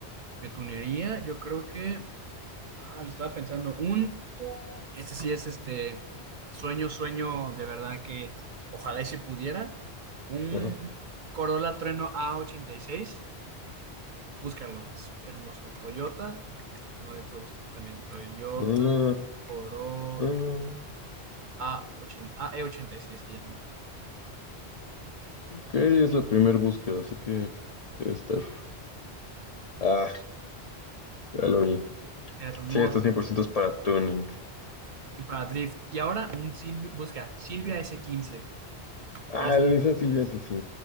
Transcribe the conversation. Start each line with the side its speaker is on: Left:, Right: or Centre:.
Right: Me tunearía, yo creo que, ah, lo estaba pensando, un Este sí es este sueño, sueño de verdad que ojalá y si pudiera. Un
Left: Ajá.
Right: Corolla Trueno a ochenta y seis Búscalo, es hermoso. Toyota, no, yo te lo busco también. Toyota
Left: Corolla,
Right: Corolla
Left: Trueno.
Right: a ochenta A E ochenta y seis se llama.
Left: Ok, es la primera búsqueda, así que debe estar Ah, ya lo vi.
Right: Hermoso.
Left: Sí, estos cien por ciento es para tuning.
Right: Para Drift. Y ahora un Silvia, busca Silvia s quince
Left: Ah,
Right: o el S-
Left: el Nissan Silvia, ese sí.